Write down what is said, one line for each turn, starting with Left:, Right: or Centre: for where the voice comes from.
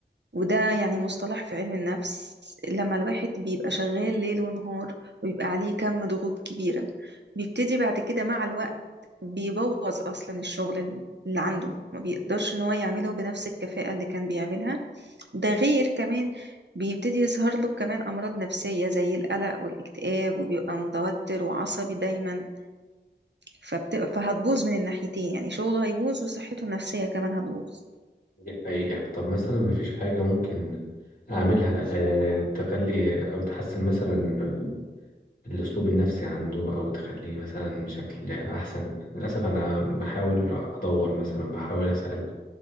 Right: وده يعني مصطلح في علم النفس لما الواحد بيبقى شغال ليل ونهار ويبقى عليه كم ضغوط كبيرة بيبتدي بعد كده مع الوقت بيبوظ اصلا الشغل اللي عنده ما بيقدرش ان هو يعمله بنفس الكفاءة اللي كان بيعملها ده غير كمان بيبتدي يظهر له كمان امراض نفسية زي القلق والاكتئاب وبيبقى متوتر وعصبي دايما فبت... فهتبوظ من الناحيتين يعني شغله هيبوظ وصحته النفسية كمان هتبوظ
Left: دي حقيقة طب مثلا مفيش حاجة ممكن أعملها آه، تخلي أو تحسن مثلا الأسلوب النفسي عنده أو تخليه مثلا بشكل أحسن للأسف أنا بحاول أدور مثلا بحاول أسأل